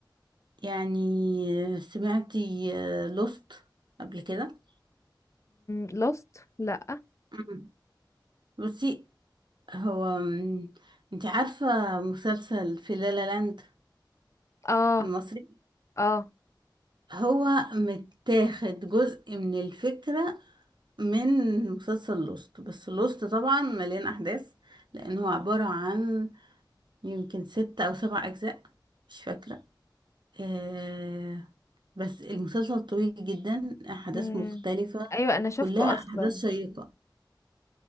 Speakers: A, on the right; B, on the left.
A: يعني سمعتي لوست قبل كده
B: لوست لا
A: أمم. بصي هو أم، انت عارفة مسلسل في لالا لاند
B: اه
A: المصري
B: اه
A: هو متاخد جزء من الفكرة من مسلسل لوست بس لوست طبعا مليان احداث لانه عبارة عن يمكن ست أو سبع أجزاء مش فاكرة آه بس المسلسل طويل جدا أحداث
B: مم.
A: مختلفة
B: ايوه انا شفته
A: كلها أحداث
B: اصلا
A: شيقة